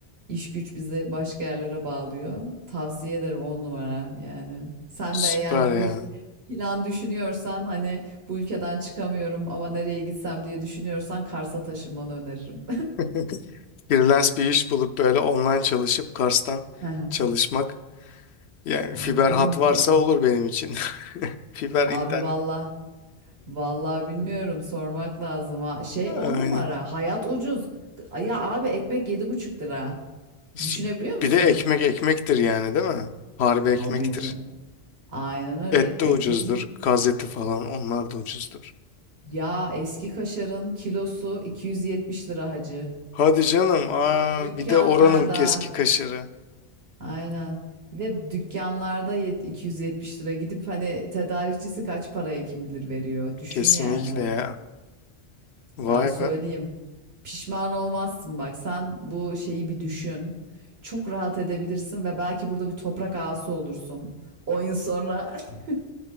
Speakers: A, on the right; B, on the left.
A: iş güç bizi başka yerlere bağlıyor. Tavsiye ederim on numara yani. Sen
B: Süper
A: de eğer bir
B: ya.
A: plan düşünüyorsan hani bu ülkeden çıkamıyorum ama nereye gitsem diye düşünüyorsan Kars'a taşınmanı öneririm.
B: <laughs> Freelance bir iş bulup böyle online çalışıp Kars'tan
A: <laughs> Aha.
B: çalışmak. Yani
A: On,
B: fiber
A: on
B: hat
A: numara.
B: varsa olur benim için. <laughs> Fiber
A: Abi
B: internet.
A: valla. Valla bilmiyorum sormak lazım. Ha. Şey
B: Aynen.
A: on numara. Hayat ucuz. Ya abi ekmek yedi buçuk lira.
B: Süp-
A: Düşünebiliyor musun?
B: Bir de ekmek ekmektir yani değil mi? Harbi ekmektir.
A: Tabii canım. Aynen öyle
B: Et
A: ekmek
B: de ucuzdur.
A: yedi
B: Kaz eti falan onlar da ucuzdur.
A: Ya eski kaşarın kilosu 270 lira hacı.
B: Hadi canım. Aa,
A: Dükkanlarda.
B: bir de oranın keski kaşarı.
A: Aynen. Ve dükkanlarda yet 270 lira gidip hani tedarikçisi kaç paraya kim bilir veriyor. Düşün
B: Kesinlikle
A: yani.
B: ya. Vay
A: Ben söyleyeyim.
B: be.
A: Pişman olmazsın bak. Sen bu şeyi bir düşün. Çok rahat edebilirsin ve belki burada bir toprak ağası olursun. 10 yıl sonra. <laughs>